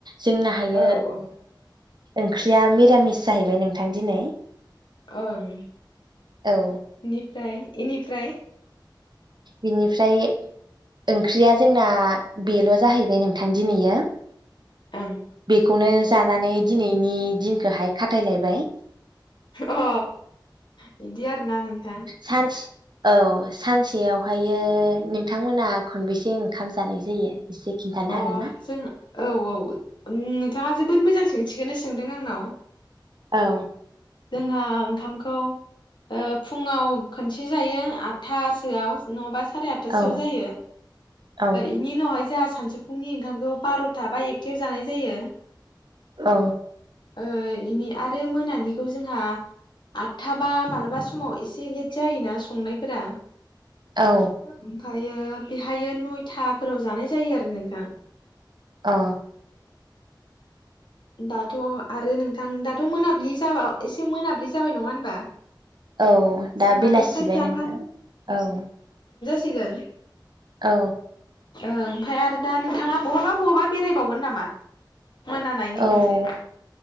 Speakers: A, on the right; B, on the left.
A: जोंनो हायो।
B: औ औ
A: ओंख्रिया मिरामिस जाहैबाय नोंथां दिनै।
B: ओं
A: औ
B: इनिफ्राय इनिफ्राय
A: बिनिफ्राय ओंख्रिया जोंना बेल' जाहैबाय नोंथां दिनैयो
B: ओं।
A: खौनो जानानै दिनैनि दिनखौहाय खाथायलायबाय।
B: अ बिदि आरो ना नोंथां।
A: सानसे औ सानसे सेयावहायो नोंथांमोना खनबेसे ओंखाम जानाय जायो? एसे खिन्थानो
B: अ
A: हागोन ना?
B: जों औ औ नोंथाङा जोबोद मोजां सों थिखोनो सोंदों आंनाव।
A: औ।
B: जोंहा ओंखामखौ ओ फुङाव खनसे जायो आदथासोआव नङाबा साराय आठथाासोआव
A: औ
B: जायो
A: औ
B: इनि उनावहाय जोंहा सानसौफुंनि ओंखामखौ बार'था बा एक खाथियाव जानाय जायो।
A: औ।
B: ओ इनि आरो मोनानि बेखौ जोंहा आठथा बा मालाबा समाव एसे लेट जायोना संनायफोरा
A: औ
B: ओमफायो बेहायो नयथाफोराव जानाय जायो आरो नोंथां।
A: औ।
B: दाथ' आरो नोंथां दाथ' मोनाब्लि जाबा एसे मोनाब्लि जाबाय नङा होनबा।
A: औ दा
B: जोंहाथ'
A: बेलासिबाय
B: सारिथा
A: नोंथा औ।
B: गोन।
A: औ।
B: ओं ओमफ्राय आरो दा नोंथाङा बहाबा बहाबा बेरायबावगोन नामा? मोनानायनि
A: औ
B: खोनसे।